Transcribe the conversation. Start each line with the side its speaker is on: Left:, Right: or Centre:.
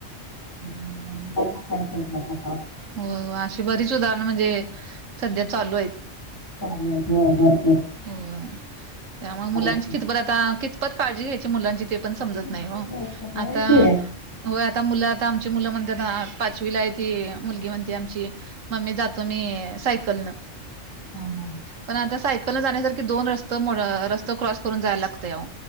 Left: काय <unintelligible>
Right: हो अशी बरीच उदाहरणं म्हणजे सध्या चालू आहेत.
Left: ह हो ह
Right: हो त्यामुळे मुलांची
Left: करायचं.
Right: कितपत आता कितपत काळजी घ्यायची मुलांची ते पण समजत
Left: किती
Right: नाही
Left: पडले आहेत का? होय
Right: आता
Left: की
Right: होय आता मुलं आता आमची मुलं म्हणतात ना पाचवीला आहे त मुलगी म्हणते आमची मम्मी जातो मी सायकलनं
Left: हां हां
Right: पण आता सायकल न जाण्यासारखी दोन रस्त रस्त क्रॉस करून जायला लागत अओ